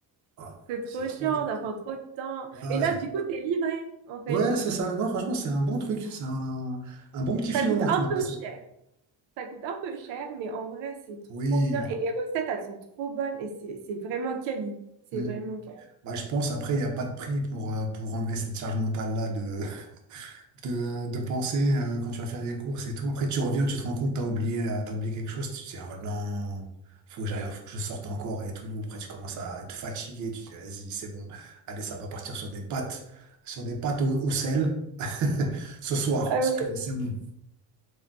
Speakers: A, on the right; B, on the right.
A: Ah,
B: C'est trop
A: c'est trop
B: chiant,
A: dur.
B: ça prend trop de temps.
A: Ah,
B: Et là,
A: ça-
B: du coup, t'es livré, en fait.
A: Ouais, c'est ça. Non, franchement, c'est un bon truc. C'est un, un bon petit filon,
B: Ça coûte
A: là, que
B: un
A: tu m'as passé.
B: peu cher. Ça coûte un peu cher, mais en vrai, c'est trop
A: Oui.
B: bien. Et les recettes, elles sont trop bonnes. Et c'est c'est vraiment quali. C'est
A: Mm.
B: vraiment quali.
A: Bah, je pense, après, il n'y a pas de prix pour, euh, pour enlever cette charge mentale-là de, <laughs> de, de penser euh, quand tu vas faire des courses et tout. Après, tu reviens, tu te rends compte, t'as oublié, euh, t'as oublié quelque chose, tu te dis, oh non, faut que j'aille, faut que je sorte encore et tout. Après, tu commences à être fatigué, tu te dis, vas-y, c'est bon, allez, ça va partir sur des pâtes, sur des pâtes au, au sel <laughs> ce soir,
B: Ah
A: parce
B: ouais,
A: que c'est bon.